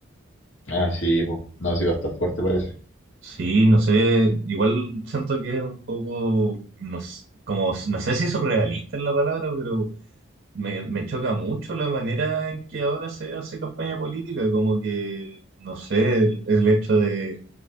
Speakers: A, on the left; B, on the right.
A: Ah, sí, pues. No, sí va a estar fuerte, parece.
B: Sí, no sé, igual siento que es un poco, no sé, como, no sé si surrealista es la palabra, pero me, me choca mucho la manera en que ahora se hace campaña política, como que, no sé, el el hecho de